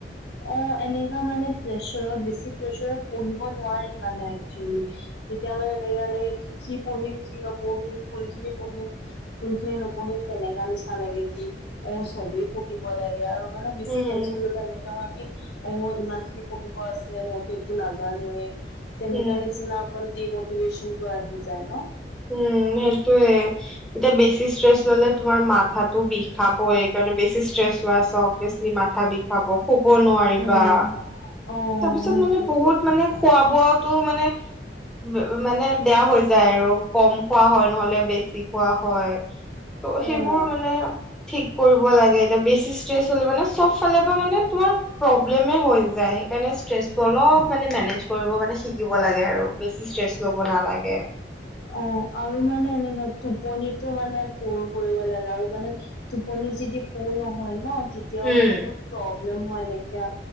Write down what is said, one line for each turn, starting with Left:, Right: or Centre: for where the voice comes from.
Left: অ এনেকা মানে প্ৰেছাৰত বেছি প্ৰেছাৰত পঢ়িব নোৱাৰি মানে একচুৱেলি। তেতিয়া মানে এনেকোৱা লাগে কি কি পঢ়িম কি নপঢ়িম কোনখিনি পঢ়িম? কোনখিনি নপঢ়িম তেনেকা নিচিনা লাগে। অঁ চবেই পঢ়িব লাগে আৰু মানে বেছি
Centre: উম
Left: টেনশ্যন ললে মানে হয় কি অ ইমান খিনি পঢ়িব আছে মইতো একো নাজানোৱে। তেনেকা
Centre: উম
Left: নিচিনা অকল ডিমটিভেশনটো আহি যায় ন।
Centre: উম সেইটোৱে এতিয়া বেছি ষ্ট্ৰেছ ললে তোমাৰ মা থাতো বিষাব সেইকাৰণে বেছি ষ্ট্ৰেছ অভিয়াচলি মাথা বি ষাব শুব নোৱাৰিবা।
Left: উম অ
Centre: তাৰপিছত মানে
Left: সেইটোৱে
Centre: বহুত মানে খোৱা বোৱাতো মানে ব মানে বেয়া হৈ যায় আৰু কম খোৱা হয় নহলে বেছি খোৱা হয়, ত'
Left: উম
Centre: সেইবোৰ মানে ঠিক কৰিব লাগে এতিয়া বেছি ষ্ট্ৰেছ হ'লে মানে চব ফালে পৰা মানে তোমাৰ প্ৰব্লেমে হৈ যায়। সেইকাৰণে ষ্ট্ৰেচটো অলপ মানে মেনেজ কৰিব মানে শিকিব লাগে আৰু বেছি ষ্ট্ৰেচ ল'ব নালাগে।
Left: অঁ আৰু মানে এনেকে টোপনিতো মানে পুৰ কৰিব লাগে আৰু মানে টোপনি যেতিয়া পুৰ নহয় ন তেতিয়াও
Centre: উম
Left: মানে বহুত প্ৰব্লেম হয়, এনেকা